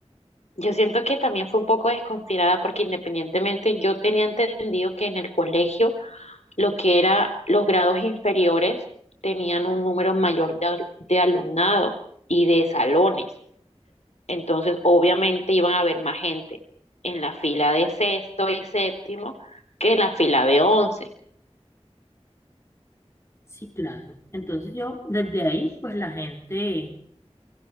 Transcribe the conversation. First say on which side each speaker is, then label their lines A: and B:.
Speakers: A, on the left; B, on the left.
A: yo siento que también fue un poco desconsiderada porque independientemente yo tenía entendido que en el colegio lo que era los grados inferiores tenían un número mayor de, al- de alumnado y de salones. Entonces, obviamente iban a haber más gente en la fila de sexto y séptimo que en la fila de once.
B: sí, claro. Entonces yo, desde ahí, pues la gente